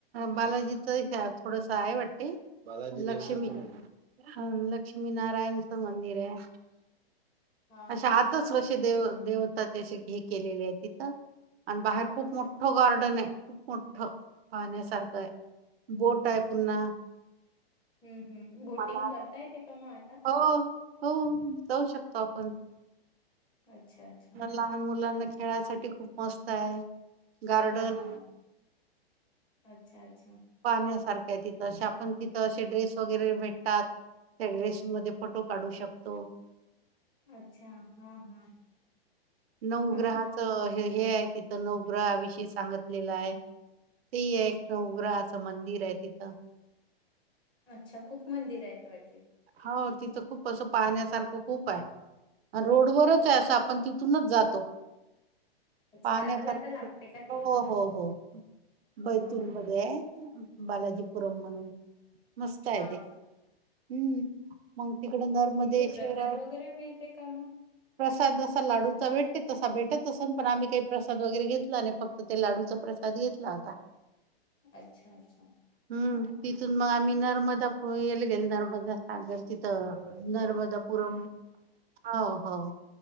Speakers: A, on the right (about 75°); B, on the left (about 15°).
A: बालाजीच थोडस आहे वाटते लक्ष्मी
B: हा हा
A: ह लक्ष्मीनारायणच मंदिर आहे
B: हा
A: अा
B: हा
A: आताच
B: हा
A: कसे देव देवताचेे हे केलेले आहे तिथं आणि बाहेर खूप
B: अच्छा
A: मोठं गार्डन आहे खूप मोठं पाहण्यासारखं आहे बोट आहे पुन्हा
B: हम्म हम् बोटिंग
A: मला
B: करता येते का म
A: हो हो जाऊ शकतो आपण
B: अच्छा अच्छा
A: लहान मुलांना खेळासाठी खूप मस्त आहे गार्डन
B: हा हा अच्छा अच्छा
A: ार तिथ आपण तिथं असे ड्रेस वगैरे भेटतात त्या ड्रेसमध्ये फोटो काढू शकतो
B: अच्छा हा हा
A: नऊग्रहाचं
B: अच्छा
A: हे हे आहे तिथं नऊग्रहाविषी सांगत लेला आहे ते आहे एक नवग्रहाचं मंदिर आहे तिथं
B: अच्छा खूप मंदिर आहेत वाट
A: हो तिथं खूप असं पाण्यासारखं खूप आहे आणि रोडवरच
B: हा
A: आहे असं आपण तिथ तूनच जातो
B: अच्छा
A: पाहण्यासारख
B: जाता जाता लागते का ते
A: हो हो हो बैतूलमध्येध्ये
B: हा
A: आहे बालाजीपुरम म्हणून मस्त आहेेत
B: हा,
A: हम्म म तिकड नर्मदेश्वरात
B: तिथे प्रसाद वगैरे मिळते का मग
A: प्रसाद असा लाडूचा भेटते तस ता भेटत असे पण आम्ही काही प्रसाद वगैर घेतला आणि फक्त ते लाडूचा प्रसाद घेतला आता
B: अच्छा अच्छा
A: हम्म
B: हा हा.
A: तिथून मग आम्ही न नर्मदा प येईल गेल नर्मदा सांगेल तिथं नर्मदापुरम ह हो